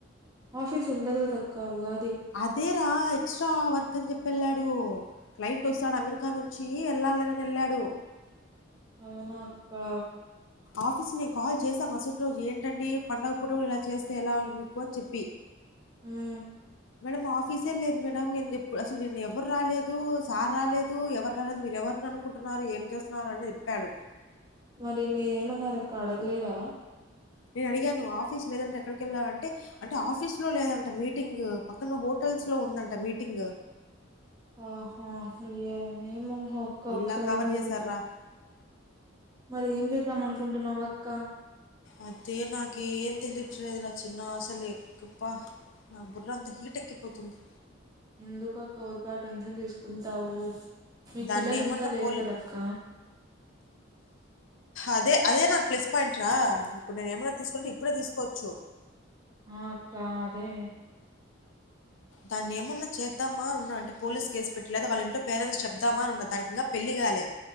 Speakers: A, on the right; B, on the left.
A: ఆఫీస్ ఉండది గద అక్కా ఉగా
B: అదేరా ఎక్స్ట్రా వర్క్ అని చెప్పి ఎళ్ళాడు క్లైంట్ వస్తాడు అమెరికా నుంచి ఎళ్ళాలి నేనని ఎళ్ళాడు
A: అవునా అక్కా
B: ఆఫీస్ నేను కాల్ చేసా మసటి రోజు ఏంటండీ పండగ పూట గుడ ఇలా చేస్తే ఎలా మీకు అని చెప్పి
A: ఉమ్
B: మేడం ఆఫ్ కీసే లేదు మేడం నేన్ జెప్పు అసలు నిన్న ఎవ్వరు రాలేదూ, సార్ రాలేదూ, ఎవరు రాలేదు, మీరు ఎవరిని అనుకుంటున్న. నారు ఏం చేస్తున్నారు అని చెప్పాడు
A: మరి మీరు ఏమన్నారు అక్క అడగలేదా
B: నేను అడిగాను ఆఫీస్ లేదంటే ఎక్కడికెళ్ళావ్ అంటే, ఆఫీస్ లో లేదంట మీటింగ్ పక్కన హోటల్. టల్స్ లో ఉందంట మీటింగ్
A: ఆహా అయ్యో ఏమో హక్క ఒక
B: ఇలా
A: సారి
B: కవర్
A: నువి
B: చేశార్రా."
A: మరి ఏం జేద్దాం అనుకుంటున్నావ్ అక్క
B: అదే నాకు ఏన్ తెలిట్లేదురా చిన్నా అసలే కుప్పా నా బుర్రంత హీట్ ఎక్కిపోతుంది
A: ఎందుకక్క ఊరికె అ టెన్షన్ తీసుకుంటావు మీకు
B: దాన్నేమన్నా
A: పిల్లలు ఇంకా లేరు
B: పోలి
A: గద అక్క
B: అదే, అదే నాకు ప్లస్ పాయింట్ రా ఇప్పుడు నేను ఏమైనా తీసుకుంటే ఇప్పుడే తీసుకోవచ్చు
A: ఆ అక్క అదే
B: దాన్ని ఏమన్నా చేద్దామా ఉన్నా అంటే పోలీస్ కేస్ పెట్టి, లేదా వాళ్ళ ఇంట్లో పేరెంట్స్ చెప్తామా అనున్న దానికి ఇంకా పెళ్లి గ. గాలె